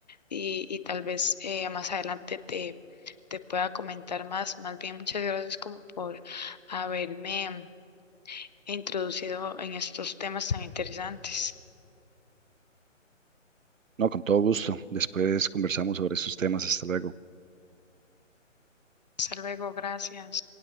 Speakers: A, on the left; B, on the right.
A: y, y tal vez eh, más adelante te, te pueda comentar más. Más bien, muchas gracias como por haberme introducido en estos temas tan interesantes.
B: No, con todo gusto. Después conversamos sobre esos temas. Hasta luego.
A: Hasta luego, gracias.